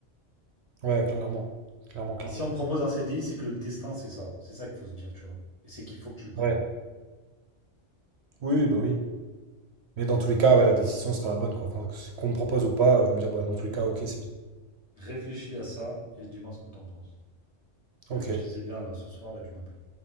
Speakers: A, on the right (about 65°); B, on the left (about 30°).
A: Ouais, clairement. Clairement, clairement.
B: Mais si on te propose un CDI, c'est que le destin, c'est ça. C'est ça qu'il faut se dire, tu vois. Et c'est qu'il faut que tu le prennes.
A: Ouais. Oui, oui, bah oui. Mais dans tous les cas, ouais, la décision sera la bonne, quoi. Enfin, que- qu'on me propose ou pas, je vais me dire, bah, dans
B: Ouais.
A: tous les cas, ok, c'est bien.
B: Réfléchis à ça et dis-moi ce que t'en penses.
A: Ok.
B: Réfléchis-y bien là ce soir et tu m'appelles.